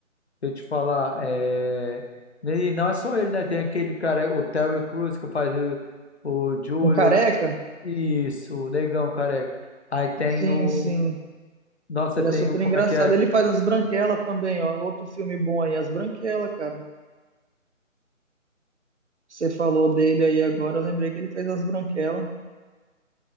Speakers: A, on the left; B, on the right.
A: deixa eu te falar, é... E não é só ele, né? Tem aquele cara, o Terry Crews, que faz o, o Júlio.
B: Um careca?
A: Isso, o negão careca. Aí tem
B: Sim,
A: o.
B: sim.
A: Nossa,
B: Ele
A: tem
B: é super
A: o. Como
B: engraçado.
A: é que é?
B: Ele faz As Branquelas também, ó. Outro filme bom aí, As Branquelas, cara. Você falou dele aí agora, eu lembrei que ele fez As Branquelas,